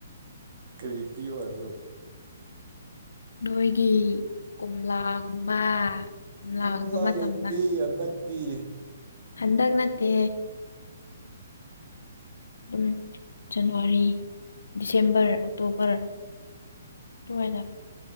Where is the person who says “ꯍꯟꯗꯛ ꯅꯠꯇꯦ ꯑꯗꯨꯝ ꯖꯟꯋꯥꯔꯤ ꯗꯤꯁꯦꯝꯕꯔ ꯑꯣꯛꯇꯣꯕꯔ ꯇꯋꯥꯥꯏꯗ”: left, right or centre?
Left